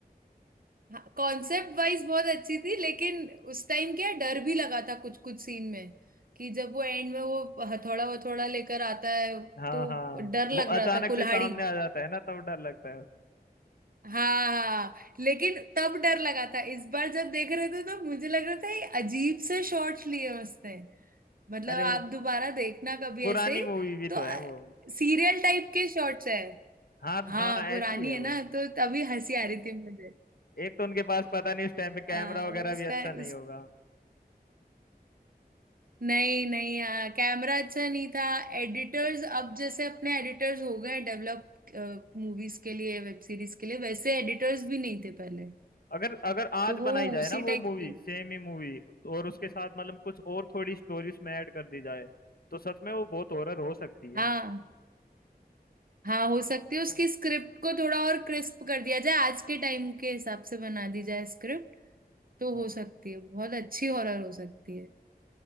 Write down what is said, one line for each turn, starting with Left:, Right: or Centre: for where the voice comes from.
Right: हाँ कॉन्सेप्ट वाइज बहुत अच्छी थी लेकिन उस टाइम क्या डर भी लगा था कुछ कुछ सीन में कि जब वो एंड में वो हथौड़ा वथौड़ा लेकर आता है
Left: हाँ
Right: तो
Left: हाँ
Right: डर लग
Left: वो अचानक
Right: रहा था कुल्हाड़ी
Left: से सामने आ जाता है ना तब डर लगता है
Right: हाँ हाँ लेकिन तब डर लगा था इस बार जब देख रहे थे तो मुझे लग रहा था ये अजीब से शॉर्ट्स लिए हैं उसने मतलब
Left: अरे
Right: आप
Left: वो
Right: दोबारा देखना कभी
Left: पुरानी
Right: ऐसे ही
Left: मूवी भी
Right: तो
Left: तो है वो
Right: सीरियल टाइप के शॉर्ट्स है
Left: हाँ
Right: हाँ
Left: हाँ ऐसी
Right: पुरानी
Left: है
Right: है
Left: वो
Right: ना तो तभी हंसी आ रही थी मुझे
Left: एक तो उनके पास पता नहीं उस टाइम पे कैमरा
Right: आ,
Left: वगैरह
Right: उसका
Left: भी अच्छा नहीं
Right: उस
Left: होगा
Right: नहीं नहीं हाँ कैमरा अच्छा नहीं था एडिटर्स अब जैसे अपने एडिटर्स हो गए डेवलप मूवीज के लिए वेब सीरीज के लिए वैसे एडिटर्स भी नहीं थे पहले
Left: अगर अगर आज
Right: तो वो
Left: बनाई जाए
Right: उसी
Left: ना वो
Right: टाइप
Left: मूवी
Right: की
Left: सेम ही मूवी और उसके साथ मतलब कुछ और थोड़ी स्टोरी उसमें ऐड कर दी जाए तो सच में वो बहुत हॉरर हो सकती है
Right: हाँ हाँ हो सकती है उसकी
Left: हाँ
Right: स्क्रिप्ट को थोड़ा और क्रिस्प कर दिया जाए आज के टाइम के हिसाब से बना दी जाए स्क्रिप्ट तो
Left: हाँ।
Right: हो सकती है बहुत अच्छी हॉरर हो सकती है